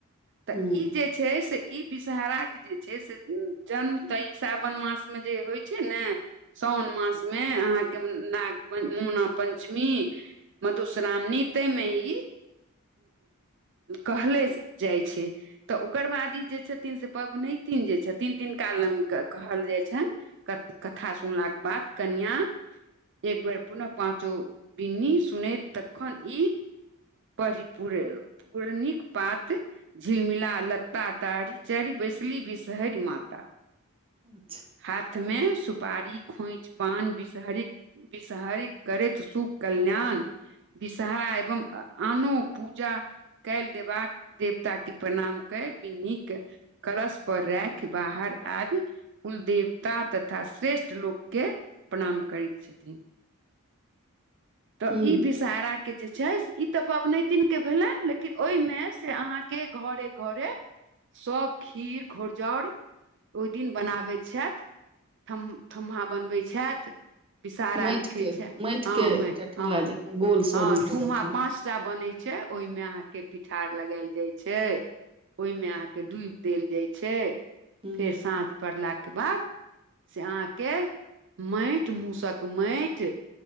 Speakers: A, on the right; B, on the right.
A: तऽ
B: ह
A: ई जे जे छै से ई विषहहाराक जे छै से जन्म तऽ ई सावन मासमे जे होइ छै ने सोन मासमे अहाँके नाग पञ मुना पञ्चमी मधुश्रामणी ताहिमे ई कहले जाइ छै तऽ ओकर बाद ई जे छथिन से पबनैतिन जे छथिन तिनका कहल जाइ छै कथा सुनलाके बाद कनियाँ एक बेर पुनः पाचो बिन्नी सुनैत तखन ई पढ़ी पुरे पूरणिक पात झिमला लत्ता तारी चार बैसली बिसहरि माता
B: अच्छा
A: हाथ मे सुपारी खोइछि पान विषहरी विषहरी करैत शुभ कल्याण विषहारा एवं आनो पूजा कैल देबाक देवता के प्रणाम क बिन्नी के कलश पर राख बाहर आबी कुलदेवता तथा श्रेष्ठ लोकके प्रणाम करैत छथिन तऽ
B: ह
A: ई विष सारा के जे छै ई तऽ पबनैतिन के भेलै लेकिन ओहिमे से अहाँके घरे घरे सभ खीर घोरजौर ओहि दिन बनाबैत छथि थुम्हा बनबै छैथ विषहरा
B: माटिके
A: लिखै छै
B: माटिके
A: हँ
B: एकटा ढेला
A: हँ
B: जकाँ
A: <inaudible>
B: गोल स्वरूप
A: हँ थुम्हा
B: दऽ कऽ
A: पा पाँचटा बन छै ओहिमें अहाँकेँ पिठार लगायल जाय छै ओहिमे अह के दुबि देल जाय छै
B: ह
A: फेर साँझ पड़लाक केँ बाद से आहाँकेँ के माइट मूसक माइट